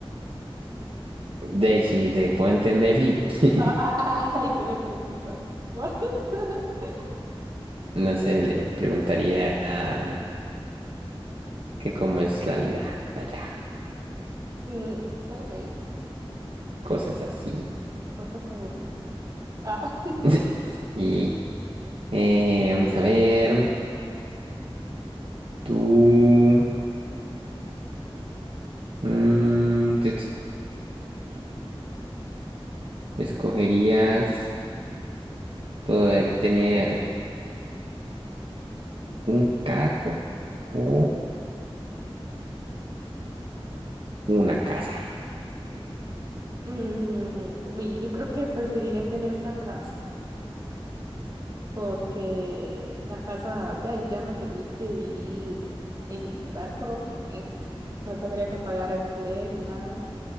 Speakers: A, on the right; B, on the right.
A: De ahí sí, te puedo entender, sí. <laughs>
B: Ah, ah, ah, ay, ¿qué le preguntas? <laughs>
A: No sé, le preguntaría ah, que cómo es la vida allá,
B: Mm, ok,
A: cosas así.
B: cosas aburridas. Ah. <laughs>
A: <laughs> Y eh, vamos a ver, tú... mm, <tsk> ¿Escogerías poder tener un carro o una casa?
B: Mm, uy, yo creo que preferiría tener una casa. porque la casa ya, ya me permite vivir en mi lugar propio, ¿eh? No tendría que pagar alquiler ni nada,